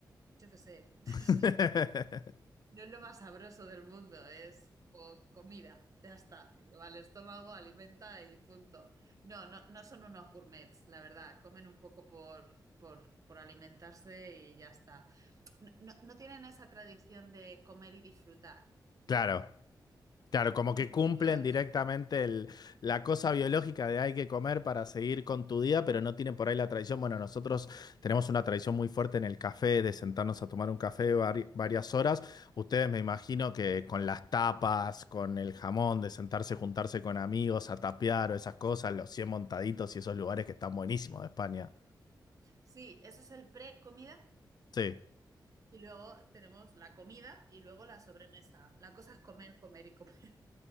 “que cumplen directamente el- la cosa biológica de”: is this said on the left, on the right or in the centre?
Left